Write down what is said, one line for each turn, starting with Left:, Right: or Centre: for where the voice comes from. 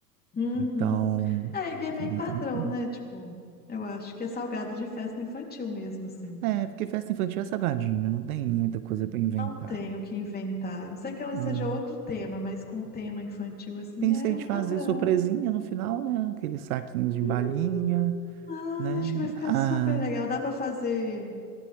Left: Uhum.
Right: Então,
Left: É, e é
Right: assim,
Left: meio
Right: bem
Left: padrão,
Right: tranquilo.
Left: né? Tipo, eu acho que é salgado de festa infantil mesmo, assim.
Right: É, porque festa infantil é salgadinho, não tem muita coisa para inventar.
Left: Não tem o que inventar. A Não sei que ela
Right: É,
Left: seja outro tema, mas com tema infantil, assim,
Right: Pensei
Left: é o
Right: de
Left: padrão.
Right: fazer surpresinha no final, né? Aqueles saquinhos de
Left: Hum,
Right: balinha,
Left: ah,
Right: né?
Left: acho que vai ficar
Right: Ah,
Left: super legal. Dá pra fazer